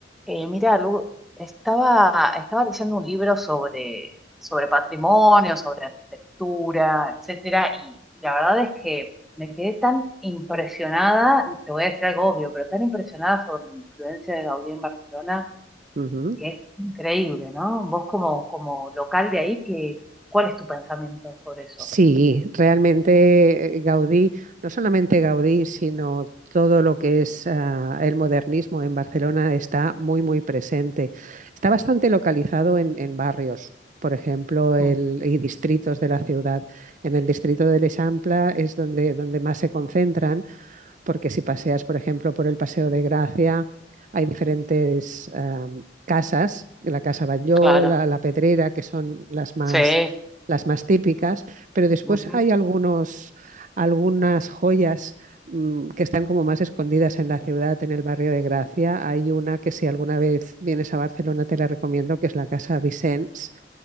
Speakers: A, in the centre; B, on the right.
A: Eh, mira, Lu, estaba, estaba leyendo un libro sobre, sobre patrimonio, sobre arquitectura, etcétera, y, y la verdad es que me quedé tan impresionada, te voy a decir algo obvio, pero tan impresionada sobre la influencia de Gaudí en Barcelona,
B: Ujú.
A: que es increíble, ¿no? Vos como, como local de ahí, que, ¿cuál es tu pensamiento sobre eso?
B: Sí, realmente eh, Gaudí, no solamente Gaudí, sino todo lo que es ah, el modernismo en Barcelona está muy, muy presente. Está bastante localizado en, en barrios, por ejemplo, el-
A: Mm,
B: y distritos de la ciudad. En el distrito del Eixample es donde, donde más se concentran porque si paseas, por ejemplo, por el Paseo de Gracia, hay diferentes eh, casas, la Casa Batlló,
A: Claro,
B: la, la Pedrera, que son las más,
A: sí.
B: las más típicas, pero después
A: Ujú.
B: hay algunos, algunas joyas mm, que están como más escondidas en la ciudad, en el barrio de Gracia. Hay una que si alguna vez vienes a Barcelona te la recomiendo, que es la Casa Vicens